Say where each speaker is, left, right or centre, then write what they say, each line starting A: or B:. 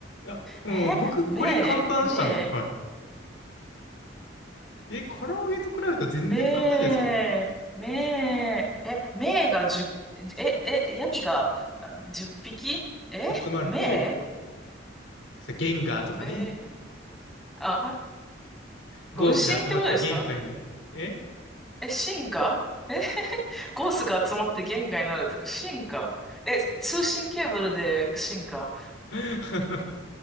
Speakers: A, on the left; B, in the centre.
A: いや、うん、
B: え、
A: 僕これ簡単でしたね。
B: 目、目
A: はい。え、唐揚げと比べたら全然簡単じゃないですか。
B: めー、めー、え、めーが10、え、え、ヤギがあ10匹え、
A: 集まると、
B: め
A: さ、ゲンガーとかね。
B: ー、めー、あ、分身ってことですか
A: ゴースが集まって限界になる。え
B: え、進化え、ゴースが集まって言外なるってこと進化え、通信ケーブルで進化
A: <laughs>